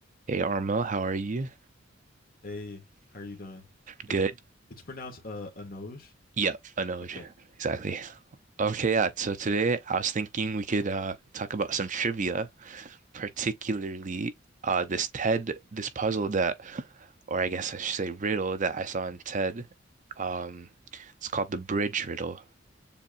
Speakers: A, on the right; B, on the left.
A: Hey Arma, how are you?
B: Hey, how are you doing?
A: Good.
B: And it's pronounced uh, Anoj.
A: Yep, I know.
B: Okay.
A: it. Exactly. Okay, yeah. So today I was thinking we could uh talk about some trivia, particularly uh this TED this puzzle that or I guess I should say riddle that I saw in TED. Um it's called the bridge riddle.